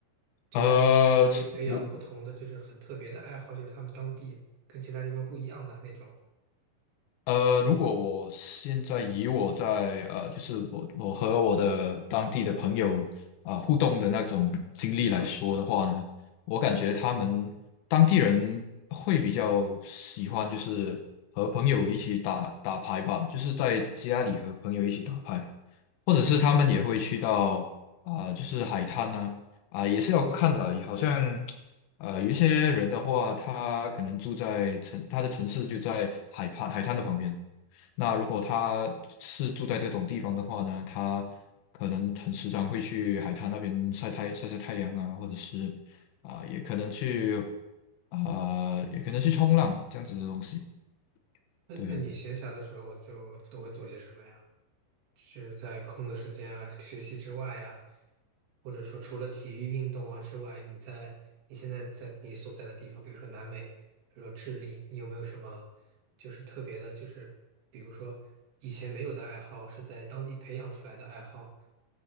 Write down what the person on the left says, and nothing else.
呃，是我
呃，如果我现在以我在呃，就是我我和我的当地的朋友啊、互动的那种经历来说的话呢，我感觉他们当地人会比较喜欢就是和朋友一起打打牌吧，就是在家里和朋友一起打牌，或者是他们也会去到啊、就是海滩呢啊、也是要看的，好像。呃，有一些人的话，他可能住在城，他的城市就在海畔海滩的旁边。那如果他是住在这种地方的话呢，他可能很时常会去海滩那边晒太晒晒太阳啊，或者是啊、也可能去啊、也可能去冲浪这样子的东西。
对，